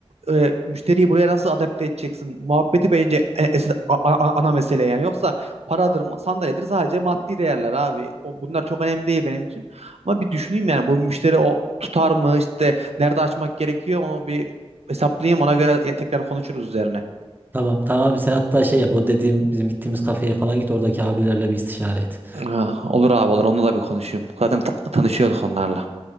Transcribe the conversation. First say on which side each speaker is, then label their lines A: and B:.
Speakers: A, on the right; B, on the right.
A: e, müşteriyi buraya nasıl adapte edeceksin? Muhabbeti bence e- es- a- a- ana mesele yani. Yoksa paradır, ma- sandalyedir sadece maddi değerler abi. O, bunlar çok önemli değil benim için. Ama bir düşüneyim yani bu müşteri o tutar mı işte nerede açmak gerekiyor onu bir hesaplayayım ona göre tekrar konuşuruz üzerine.
B: Tamam tamam abi, sen hatta şey yap o dediğim bizim gittiğimiz kafeye falan git oradaki abilerle bir istişare et.
A: Ha, olur abi olur. Onunla da bir konuşayım. Zaten ta- tanışıyorduk onlarla.